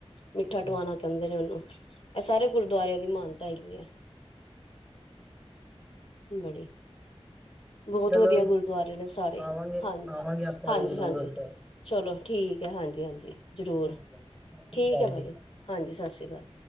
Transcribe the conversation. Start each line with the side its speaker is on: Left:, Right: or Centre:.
Left: ਮਿੱਠਾ
Centre: ਅੱਛਾ
Left: ਟਵਾਣਾ ਕੈਂਦੇ ਨੇ ਓਨੂੰ, ਐ ਸਾਰੇ ਗੁਰਦੁਆਰਿਆਂ ਦੀ ਮਾਨਤਾ ਹੈਗੀ ਐਂ। ਬੜੀ ਬੋਤ
Centre: ਚਲੋ
Left: ਵਦੀਆ ਗੁਰਦੁਆਰੇ ਨੇ ਸਾਰੇ,
Centre: ਆਵਾਂਗੇ
Left: ਹਾਂਜੀ-ਹਾਂਜੀ-ਹਾਂਜੀ।
Centre: ਆਵਾਂਗੇ ਆਪਾਂ ਵੀ ਜ਼ਰੂਰ ਉੱਧਰ
Left: ਚਲੋ ਠੀਕ ਐ ਹਾਂਜੀ-ਹਾਂਜੀ ਜ਼ਰੂਰ,
Centre: ਠੀਕ ਹੈ ਜੀ ਸਤਿ
Left: ਠੀਕ
Centre: ਸ੍ਰੀ ਅਕਾਲ
Left: ਐ
Centre: ਜੀ
Left: ਭਾਜੀ। ਹਾਂਜੀ, ਸਸ ਰੀ ਕਾਲ।